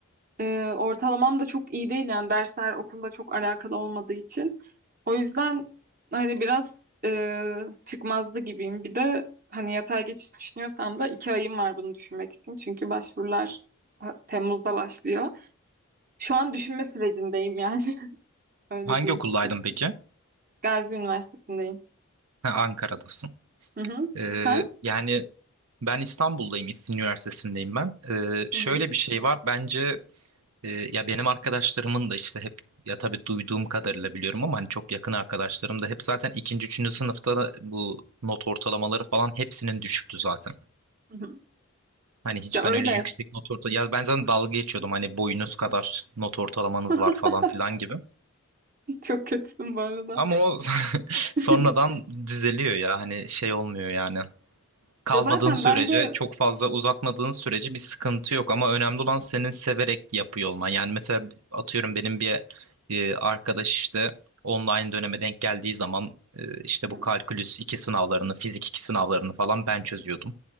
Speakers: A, on the right; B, on the right.
A: Ee, ortalamam da çok iyi değil yani dersler okulla çok alakalı olmadığı için. O yüzden hani biraz e, çıkmazdı gibiyim. Bir de hani yatay geçiş düşünüyorsam da iki ayım var bunu düşünmek için. Çünkü başvurular ha- Temmuz'da başlıyor. Şu an düşünme sürecindeyim yani. <laughs> Öyle
B: Hangi
A: diyeyim.
B: okuldaydın
A: Çok
B: peki?
A: Gazi Üniversitesi'ndeyim.
B: Ha, Ankara'dasın.
A: Hı hı.
B: Ee,
A: Sen?
B: yani ben İstanbul'dayım, İstinye Üniversitesi'ndeyim ben. Ee, şöyle
A: Hı hı.
B: bir şey var bence Ee, ya benim arkadaşlarımın da işte hep ya tabii duyduğum kadarıyla biliyorum ama hani çok yakın arkadaşlarım da hep zaten ikinci, üçüncü sınıfta da bu not ortalamaları falan hepsinin düşüktü zaten.
A: Hı hı.
B: Hani hiç
A: Ya öyle.
B: ben öyle yüksek not orta ya ben zaten dalga geçiyordum hani boyunuz kadar not ortalamanız
A: <laughs>
B: var falan filan gibi.
A: Çok kötüsün bu arada.
B: Ama o <laughs>
A: <laughs>
B: sonradan düzeliyor ya hani şey olmuyor yani. kalmadığın
A: Ya zaten
B: sürece,
A: bence
B: çok fazla uzatmadığın sürece bir sıkıntı yok. Ama önemli olan senin severek yapıyor olman. Yani mesela atıyorum benim bir e, arkadaş işte online döneme denk geldiği zaman e, işte
A: Hı
B: bu kalkülüs 2 sınavlarını, fizik 2 sınavlarını falan ben çözüyordum